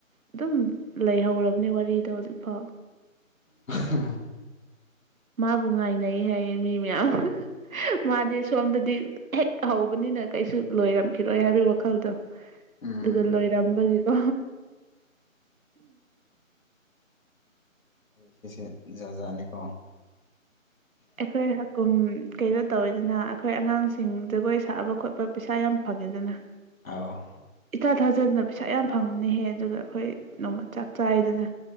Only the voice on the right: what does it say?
ꯑꯗꯨꯝ ꯂꯩꯍꯧꯔꯕꯅꯦ ꯋꯥꯔꯤꯗꯣ ꯍꯧꯖꯤꯛꯐꯥꯎ
ꯃꯥꯕꯨ ꯉꯥꯏꯅꯩ ꯍꯥꯏꯌꯦ ꯃꯤ ꯃꯌꯥꯝ ꯃꯥꯗꯤ ꯁꯣꯝꯗꯗꯤ ꯍꯦꯛ ꯍꯧꯕꯅꯤꯅ ꯀꯩꯁꯨ ꯂꯣꯏꯔꯝꯈꯤꯔꯣꯏ ꯍꯥꯏ ꯋꯥꯈꯜꯗꯣ
ꯑꯗꯨꯒ ꯂꯣꯏꯔꯝꯕꯒꯤꯀꯣ
ꯑꯩꯈꯣꯏ ꯍꯀꯨꯝ ꯀꯩꯅꯣ ꯇꯧꯋꯤꯗꯅ ꯑꯩꯈꯣꯏ ꯑꯉꯥꯡꯁꯤꯡ ꯖꯒꯣꯏ ꯁꯥꯛꯑꯕ ꯈꯣꯠꯄ ꯄꯩꯁꯥ ꯌꯥꯝ ꯐꯪꯉꯦꯗꯅ
ꯏꯊꯥ ꯊꯥꯖꯗꯅꯕ ꯄꯩꯁꯥ ꯌꯥꯝ ꯐꯪꯕꯅꯦꯍꯦ ꯑꯗꯨꯒ ꯑꯩꯈꯣꯏ ꯅꯣꯡꯃ ꯆꯥꯛ ꯆꯥꯏꯗꯅ